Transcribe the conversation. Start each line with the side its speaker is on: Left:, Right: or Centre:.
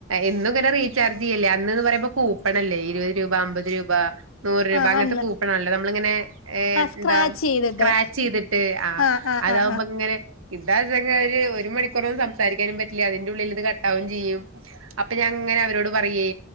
Right: എന്നും ഇങ്ങനെ റീചാർജ് ചെയ്യല്ലേ. അന്ന്ന്ന് പറയുമ്പോ കൂപ്പണല്ലേ ഇരുപത് രൂപ, അമ്പത് രൂപ, നൂറ് രൂപ
Left: ആ
Right: അങ്ങൻത്തെ
Left: അന്ന്
Right: കൂപ്പണാണല്ലോ നമ്മളിങ്ങനെ എം
Left: ആ സ്ക്രാച്ച്
Right: എന്താ
Left: ചെയ്തിട്ട്
Right: സ്ക്രാച്ച് ചെയ്തിട്ട് ആഹ്
Left: ആ ആ
Right: അതികുമ്പോ
Left: ആ ആ
Right: ഇങ്ങനെ ഇതാ <unintelligible> ഒര് മണി ഇത്ര ഉം സംസാരിക്കാനും പറ്റ് ഇല്യ അതിന്റെ ഉള്ളില് ഇത് കട്ടാവും ചെയ്യും അപ്പൊ ഞാൻ ഇങ്ങനെ അവരോട് പറയേ